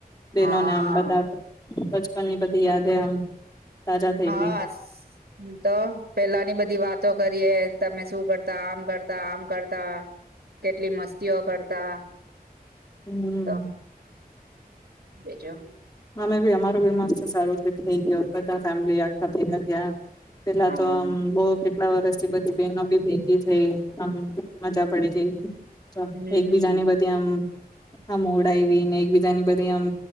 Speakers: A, on the left; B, on the right.
A: બેનોને
B: હા
A: આમ બધા. બચપન ની બધી યાદ હ આમ. તાજા થઈ
B: હા
A: ગઈ
B: તો પેલાની બધી. ની વાતો કરીએ. તમે શું કરતા આમ કરતા આમ કરતા કેટલી મસ્તીઓ કરતા
A: હમ
B: તો બીજો
A: અમે બી અમારો બી મસ્ત સારું એ થઈ ગયો બધા ફેમ આગા થયા પેલા
B: હા
A: તો આમ બઉ કેટલા વર્ષ બધી બહેનો બી ભેગી થઈમ મજા પડી ગઈ
B: હમ
A: તો
B: હમ
A: એકબીજાની બધી આમ હા મોડાઈવીને એક બીજાની બધી મ